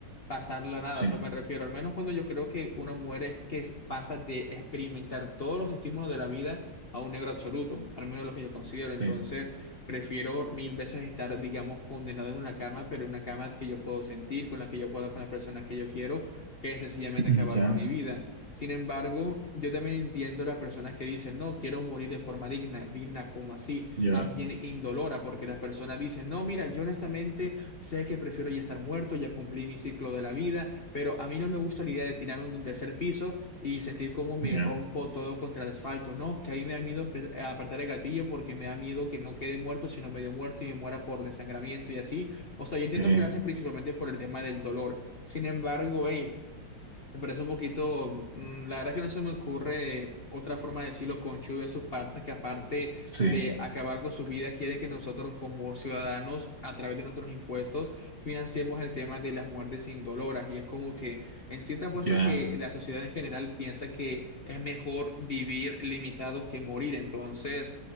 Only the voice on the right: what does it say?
Sí,
sí,
<clears throat>
ya,
ya,
ya,
eh,
sí,
ya,